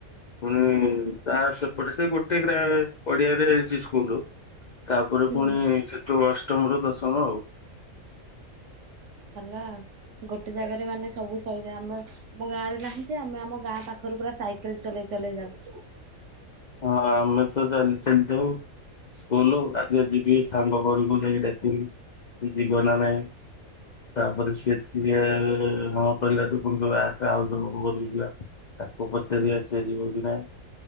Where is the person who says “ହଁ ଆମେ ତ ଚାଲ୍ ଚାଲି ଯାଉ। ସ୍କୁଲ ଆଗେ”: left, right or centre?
Left